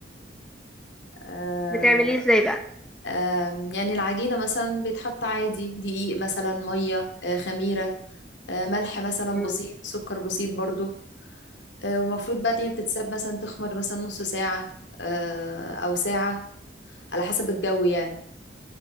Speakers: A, on the left; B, in the centre.
A: آه،
B: بتعملي ازاي بقى
A: آم، يعني العجينة مثلا بيتحط عادي دقيق مثلا مية آه، خميرة آه، ملح مثلا
B: مم.
A: بسيط سكر بسيط برضو آه، ومفروض بقى إن هي بتتساب مثلا تخمر مثلا نص ساعة آه، أو ساعة على حسب الجو يعني